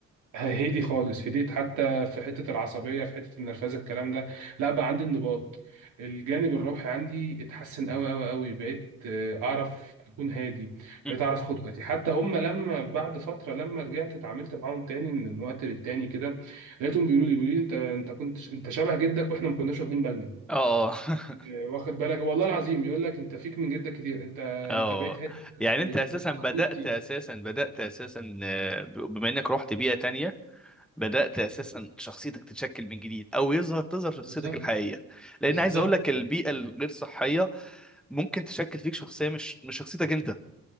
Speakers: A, on the right; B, in the centre.
A: هدي خالص هديت حتى في حتة العصبية في حتة النرفزة الكلام ده لا بقى عندي انضباط الجانب الروحي عندي اتحسن قوي قوي قوي بقيت آه، اعرف اكون هادي
B: مم.
A: بقيت اعرف اخد وقتي حتى هم لما بعد فترة لما رجعت اتعاملت معاهم تاني من وقت للتاني كده لقيتهم بيقولوا لي بيقولوا لي انت انت كنت انت شبه جدك واحنا ما كناش واخدين بالنا
B: اه <laughs>
A: آه، واخد بالك والله العظيم يقول لك انت فيك من جدك كتير انت
B: اه
A: انت بقيت هادي كده
B: يعني
A: ازاي
B: انت اساسا
A: انت صوتك
B: بدأت
A: صوتي
B: اساسا بدأت اساسا آه، بما انك رحت بيئة تانية بدأت أساسا شخصيتك تتشكل من جديد أو يظهر تظهر شخصيتك
A: بالظبط
B: الحقيقية لأن
A: بالظبط
B: عايز أقول لك البيئة الغير صحية ممكن تشكل فيك شخصية مش مش شخصيتك أنت